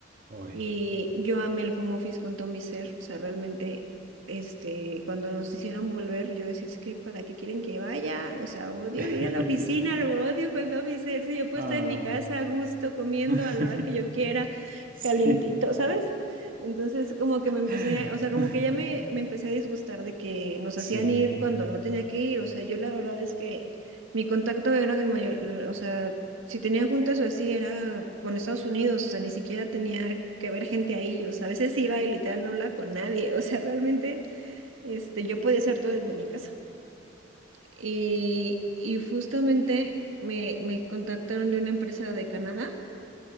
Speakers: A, on the right; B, on the right.
A: Hoy.
B: Y yo amé el home office con todo mi ser, o sea, realmente, este, cuando nos hicieron volver, yo decía, es que ¿para qué quieren que vaya? O sea, odio
A: <laughs>
B: ir a la oficina, lo odio con todo mi ser, si yo puedo
A: Ay.
B: estar en mi casa a gusto, comiendo
A: <laughs>
B: a la hora que yo quiera,
A: Sí.
B: calientito, ¿sabes? Entonces, como
A: <laughs>
B: que me empecé, a- o sea, como que ya me, me empecé a disgustar de que nos
A: Sí.
B: hacían ir cuando no tenía que ir, o sea, yo la verdad es que mi contacto era, en mayor- o sea, si tenía juntas o así era con Estados Unidos, o sea, ni siquiera tenía que ver gente ahí, o sea, a veces iba y literal no hablaba con nadie, <laughs> o sea, realmente este, yo podía hacer todo desde mi casa. Y, y justamente me, me contactaron de una empresa de Canadá